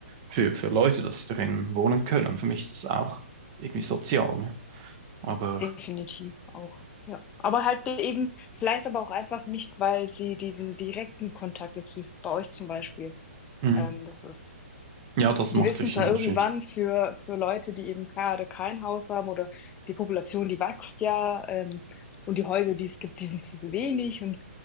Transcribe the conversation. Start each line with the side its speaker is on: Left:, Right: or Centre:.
Right: für, für Leute, dass sie darin wohnen können. Für mich ist das auch irgendwie sozial. Ne? Aber
Left: definitiv auch. Ja, aber halt eben vielleicht aber auch einfach nicht, weil sie diesen direkten Kontakt jetzt wie bei euch zum Beispiel,
Right: mhm.
Left: ähm, das ist
Right: ja, das
Left: die
Right: macht
Left: wissen
Right: sicher
Left: zwar
Right: einen Unterschied.
Left: irgendwann für für Leute, die eben gerade kein Haus haben oder die Population, die wächst ja, ähm, und die Häuser, die es gibt, die sind zu wenig und